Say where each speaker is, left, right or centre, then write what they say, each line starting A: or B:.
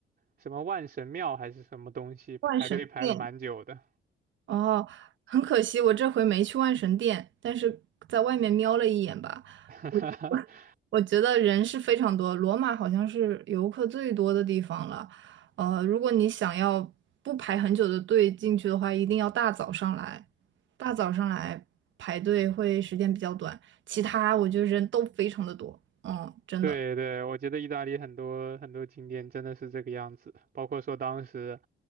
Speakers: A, on the right; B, on the right.
A: 什么万神庙还是什么东西，排队排了蛮久的。
B: 万神殿。哦，很可惜，我这回没去万神殿，但是在外面瞄了一眼吧。
A: <laughs>
B: 我我我觉得人是非常多，罗马好像是游客最多的地方了。呃，如果你想要不排很久的队进去的话，一定要大早上来，大早上来排队会时间比较短。其他我觉得人都非常的多，嗯，真的，
A: 对对，我觉得意大利很多很多景点真的是这个样子，包括说当时